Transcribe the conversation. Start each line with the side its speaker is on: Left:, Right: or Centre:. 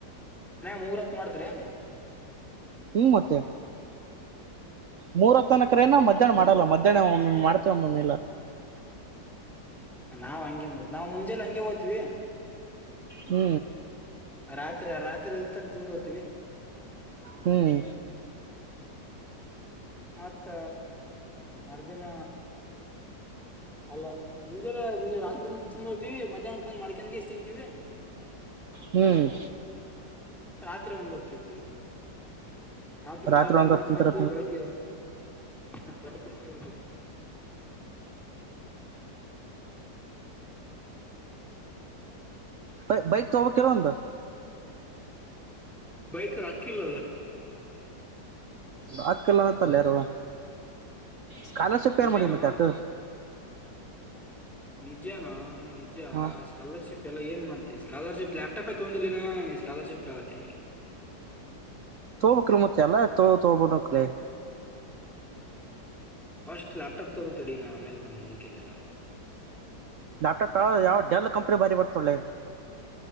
Centre: ಮೂರ ಹೊತ್ತ ಮಾಡ್ತಾರಿಯಾನ್.
Right: ಹೂ ಮತ್ತೆ. ಮೂರ ಹೊತ್ತ ಅನ್ನಕರೇನ
Centre: ಹ್ಮ್
Right: ಮದ್ಯಾಹ್ನ
Centre: ಮೂರ್
Right: ಮಾಡಲ್ಲ ಮದ್ಯಾಹ್ನ ಒಮ್ಮೆ ಒಮ್ಮೆ. ಮತ್ತ ಒಮ್ಮಮ್ಮೆ ಇಲ್ಲ.
Centre: ನಾವ್ ಹಂಗೆ ಮತ್ ನಾವು ಮುಂಜೆಲಿ ಹಂಗೆ ಹೋತವಿ.
Right: ಹ್ಮ್
Centre: ರಾತ್ರಿ ಆ ರಾತ್ರಿ ಇತ್ತಂತ ತಿಂದ ಹೋಗ್ತೀವಿ.
Right: ಹ್ಮ್
Centre: ಮತ್ತ ಮರ್ದಿನ ಅಲ್ಲ ಮುಂಜಾಲೆ ರಾತ್ರಿ ತಿಂದ ಹೋಗತೀವಿ ಮಧ್ಯಾಹ್ನಕ್ ಬಂದ್ ಮಾಡ್ಕಂದಗೆ ಇಷ್ಟ ತಿಂತೀವಿ.
Right: ಹ್ಮ್
Centre: ರಾತ್ರಿ ಒಂದ ಹೊತ್ತ ತಿಂತೀವಿ ಆದ್ರ ಒಂದ್
Right: ರಾತ್ರಿ
Centre: ಹತ್ತನ್ನೊಂದಕ್
Right: ಹತ್ತು ತಿಂತಾರ
Centre: ಮಾಡ್ತೀವಿ ಬೆಳಿಗ್ಗೆ. ಹಾ ಬೆಳಿಗ್ಗೆ ಎದ ಒಳಗ ಇರುತ್ತು <inaudible>
Right: ಭೈ ಭೈ ತೊಗೊತಿ ಒಂದ್
Centre: ಬೈಕ ರಕ್ಕಿಲ್ಲ ಅಲ್ಲ
Right: ರೊಕ್ಕ ಇಲ್ಲತ್ತಲ್ಲಾರವಾ. ಸ್ಕಾಲರ್‌ಶಿಪ್
Centre: ನಿಜಾನೋ
Right: ಯಾರ <inaudible> ಮ ಚಟು
Centre: ನಿಜಾನ ನಿಜ
Right: ಹಾ
Centre: ಸ್ಕಾಲರ್‌ಶಿಪ್ ಲೆ ಏನ್ ಮಾಡ್ತತಿವಿ ಸ್ಕಾಲರ್‌ಶಿಪ್ ಲ್ಯಾಪ್ಟಾಪೇ ತೂಗಂದಿಲ್ಲಿನ ಸ್ಕಾಲರ್ಶಿಪ್ ಕೇಳತಿಯೇನ್.
Right: ತೊಗೊಬ್ಕ್ಕಲ ಮತ್ತೆ ಅಲ್ಲ ತೊಗೊಂಡ ತೂಗೋಬೇಕ್ ಕಲೇ
Centre: ಫಸ್ಟ್ ಲ್ಯಾಪ್ಟಾಪ್ ತಗೋಕ್ತಡ ನ ಆಮೇಲೆ ನೋಡ ಉಳಕಿದ್ದೆಲ್ಲ.
Right: ಲ್ಯಾಪ್ಟಾಪ್ ಯಾವ ಯಾವ ಡೆಲ್ ಕಂಪ್ನಿ ಬಾರಿ ಬರ್ತಾವ್ಲೆ.